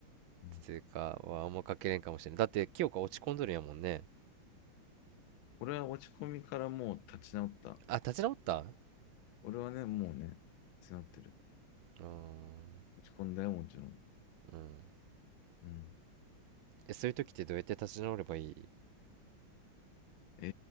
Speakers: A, on the left; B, on the right.
A: うん、
B: っていうかはあんまかけれんかもしれないだって清香落ち込んどるんやもんね
A: 俺は落ち込みからもう立ち直った。
B: あ立ち直ったう
A: 俺はね、もうね、立ち直ってる。
B: ーん
A: 落ち込んだよ、もちろん。
B: うん
A: うん。
B: え、そういう時ってどうやって立ち直ればいい
A: え